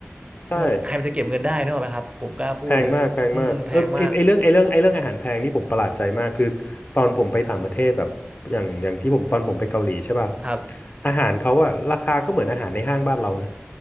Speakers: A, on the left; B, on the right.
A: ใช่
B: มันใครมันจะเก็บเงินได้นึกออกไหมครับผมกล้าพูดเลยอืมแพงมาก
A: แพงมากแพงมากเออไอไอเรื่องไอเรื่องไอเรื่องอาหารแพงนี่ผมประหลาดใจมากคือตอนผมไปต่างประเทศแบบอย่างอย่างที่ผมตอนผมไปเกาหลีใช่ป่ะ
B: ครับ
A: อาหารเขาอะราคาก็เหมือนอาหารในห้างบ้านเรานะ